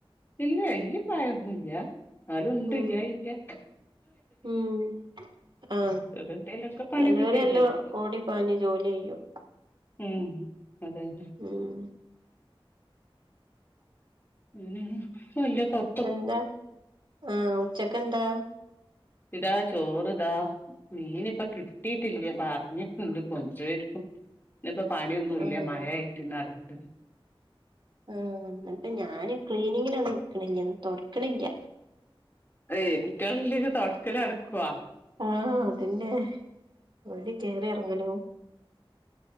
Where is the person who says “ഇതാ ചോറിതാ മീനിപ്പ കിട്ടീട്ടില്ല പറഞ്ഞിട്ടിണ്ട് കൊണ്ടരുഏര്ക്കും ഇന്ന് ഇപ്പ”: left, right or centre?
Left